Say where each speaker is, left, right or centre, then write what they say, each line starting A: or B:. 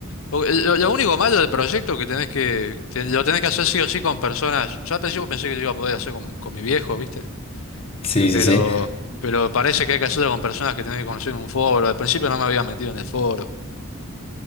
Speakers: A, on the left; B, on the left.
A: o- lo, lo único malo del proyecto que tenés que, te- lo tenés que hacer sí o sí con personas. Yo al principio pensé que lo iba a poder hacer con, con mi viejo, ¿viste?
B: Sí,
A: Pero,
B: sí, sí.
A: pero parece que hay que hacerlo con personas que tenés que conocer en un foro. Al principio no me había metido en el foro.